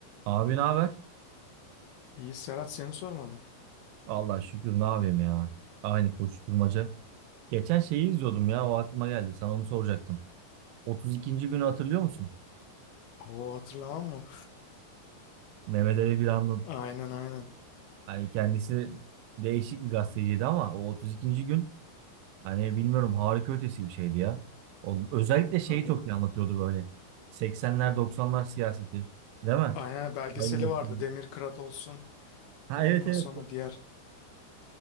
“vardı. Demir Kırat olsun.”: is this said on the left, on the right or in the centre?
Left